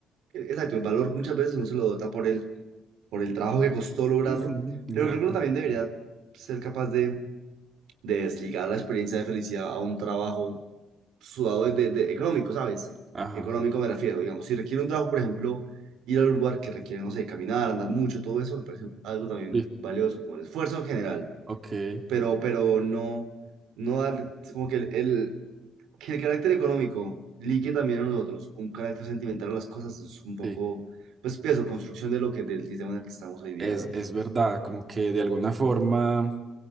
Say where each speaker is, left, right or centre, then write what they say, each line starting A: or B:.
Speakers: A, on the right; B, on the right.
A: exacto, el valor muchas veces uno se lo da por el trabajo que costó lograrlo,
B: <laughs> Ujú, Exacto.
A: pero creo que uno también debería ser capaz de, de desligar la experiencia de felicidad a un trabajo sudado de, de- de- económico, ¿sabes?
B: Ajá.
A: Económico me refiero, digamos, si requiere un trabajo, por ejemplo, ir a un lugar que requiere, no sé, caminar, andar mucho, todo eso me parece algo también
B: Sí,
A: valioso, como el esfuerzo en general,
B: ok,
A: pero, pero no, no dar, es como que el, el- que el carácter económico ligue también a nosotros, un carácter sentimental a las cosas es un poco,
B: sí.
A: pues, pienso, construcción de lo que, del sistema en el que estamos hoy día,
B: Es,
A: ¿no?
B: es verdad, como que de alguna forma,